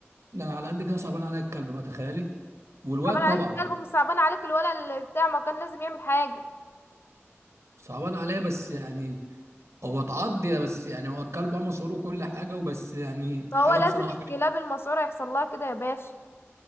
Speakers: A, on the right; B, on the left.
A: ده انا على قد كده صعبان عليا الكلب بقى تخيلي والواد
B: صعبان عليك
A: طبعا
B: الكلب ومش صعبان عليك الولا اللي بتاع ما كان لازم يعمل حاجه
A: صعبان عليا بس يعني هو اتعض بس يعني هو الكلب اه مصروه كل حاجه وبس يعني
B: فهو
A: حاجه
B: لازم
A: بصراحه
B: الكلاب المسعوره يحصل لها كده يا باشا